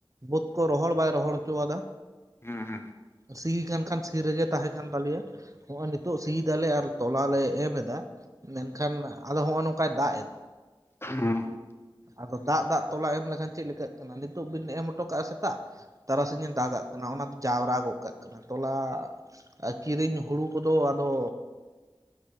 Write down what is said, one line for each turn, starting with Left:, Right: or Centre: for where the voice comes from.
Right: ᱵᱟᱹᱫᱽ ᱠᱚ ᱨᱚᱦᱚᱲ ᱵᱟᱭ ᱨᱚᱦᱚᱲ ᱦᱚᱪᱚᱣᱟᱫᱟ
Left: ᱦᱮᱸ ᱦᱮᱸ
Right: ᱥᱤ ᱠᱟᱱ ᱠᱷᱟᱱ ᱥᱤ ᱨᱮᱜᱮ ᱛᱟᱦᱮᱸ ᱠᱟᱱ ᱛᱟᱞᱮᱭᱟ ᱱᱚᱜᱼᱚᱭ ᱱᱤᱛᱚᱜ ᱥᱤᱭ ᱫᱟᱞᱮ ᱟᱨ ᱛᱚᱞᱟ ᱞᱮ ᱮᱢ ᱮᱫᱟ ᱢᱮᱱᱠᱷᱟᱱ ᱟᱫᱚ ᱦᱚᱸᱜᱼᱚᱭ ᱱᱚᱝᱠᱟᱭ ᱫᱟᱜᱽ ᱮᱫᱟ᱾
Left: ᱦᱮᱸ
Right: ᱟᱫᱚ ᱫᱟᱜᱽ ᱫᱟᱜᱽ ᱛᱚᱞᱟ ᱮᱢ ᱞᱮᱠᱷᱟᱱ ᱪᱮᱫᱞᱮᱠᱟᱜ ᱠᱟᱱᱟ ᱱᱤᱛᱚᱜ ᱵᱤᱱ ᱮᱢ ᱦᱚᱴᱚ ᱠᱟᱜᱼᱟ ᱥᱮᱛᱟᱜ ᱛᱟᱨᱟᱥᱤᱧᱮ ᱫᱟᱜᱟᱜ ᱠᱟᱱᱟ ᱚᱱᱟ ᱫᱚ ᱡᱟᱣᱨᱟ ᱜᱚᱫ ᱠᱟᱜ ᱠᱟᱱᱟ ᱛᱚᱞᱟ ᱠᱤᱨᱤᱧ ᱦᱩᱲᱩ ᱠᱚᱫᱚ ᱟᱫᱚ,